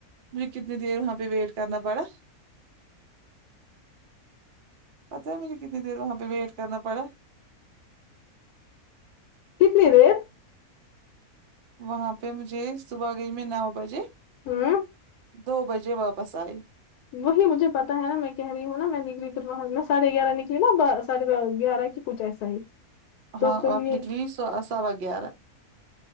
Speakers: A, on the right; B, on the left.
A: مجھے کتنی دیر وہاں پے ویٹ کرنا پڑا پتہ ہے مجھے کتنی دیر وہاں پے ویٹ کرنا پڑا
B: کتنی دیر
A: وہاں پے مجھے صبح گئی م نو بجے
B: ہاں
A: دو بجے واپس ائی
B: وہی مجھے پتہ ہے نا میں کہہ رہی ہوں نا میں نکلی پھر وہاں میں ساڑھے گیارہ نکلی نا ساڑھے با گیارہ کی کچھ اسا ہی تو
A: ہاں
B: پھر
A: آب
B: یہ
A: نکلی سو سوا گیارہ